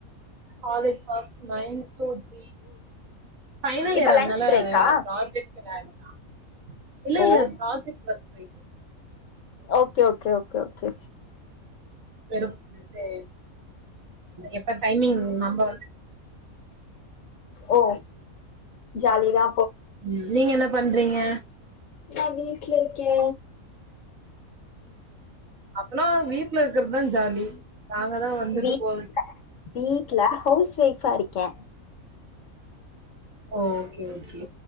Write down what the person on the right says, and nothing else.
college hours nine two three final
இயர் அன்னால
ப்ராஜெக்ட் இல்ல <unintelligible> இல்ல
இல்ல project work <unintelligible>
வேறும் வந்ட்டு எப்ப டைமிங் நம்ப வந்து
ம் நீங்க என்னப் பண்றீங்க
அப்பனா வீட்டுல இருக்கர்து தா ஜாலி நாங்கதா வந்துட்டு
போறது
ஓகே ஓகே